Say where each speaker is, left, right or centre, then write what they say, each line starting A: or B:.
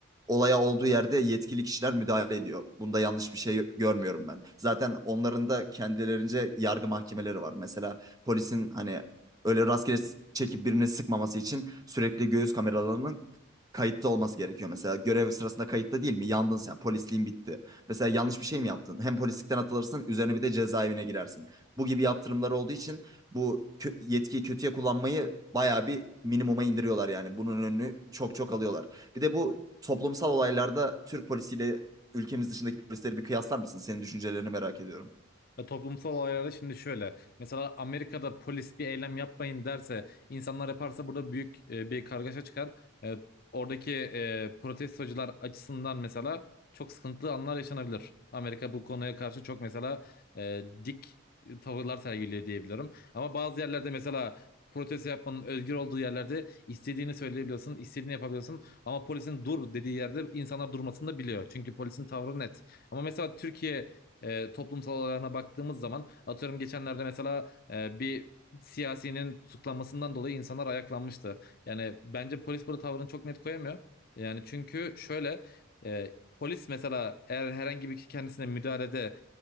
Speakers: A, on the right; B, on the left.
A: olaya olduğu yerde yetkili kişiler müdahale ediyor. Bunda yanlış bir şey görmüyorum ben. Zaten onların da kendilerince yargı mahkemeleri var. Mesela polisin hani öyle rastgele çekip birine sıkmaması için sürekli göğüs kameralarının kayıtta olması gerekiyor. Mesela görev sırasında kayıtta değil mi? Yandın sen. Polisliğin bitti. Mesela yanlış bir şey mi yaptın? Hem polislikten atılırsın, üzerine bir de cezaevine girersin. Bu gibi yaptırımlar olduğu için bu kö- yetkiyi kötüye kullanmayı bayağı bir minimuma indiriyorlar yani. Bunun önünü çok çok alıyorlar. Bir de bu toplumsal olaylarda Türk polisiyle ülkemiz dışındaki polisleri bir kıyaslar mısın? Senin düşüncelerini merak ediyorum.
B: Ya toplumsal olaylarda şimdi şöyle. Mesela Amerika'da polis bir eylem yapmayın derse, insanlar yaparsa burada büyük e, bir kargaşa çıkar. E, oradaki e, protestocular açısından mesela çok sıkıntılı anlar yaşanabilir. Amerika bu konuya karşı çok mesela e, dik tavırlar sergiliyor diyebiliyorum. Ama bazı yerlerde mesela protesto yapmanın özgür olduğu yerlerde istediğini söyleyebiliyorsun, istediğini yapabiliyorsun. Ama polisin dur dediği yerde insanlar durmasını da biliyor. Çünkü polisin tavrı net. Ama mesela Türkiye e, toplumsal olaylarına baktığımız zaman atıyorum geçenlerde mesela e, bir siyasinin tutuklanmasından dolayı insanlar ayaklanmıştı. Yani bence polis burada tavrını çok net koyamıyor. Yani çünkü şöyle e, polis mesela eğer herhangi bir kişi kendisine müdahalede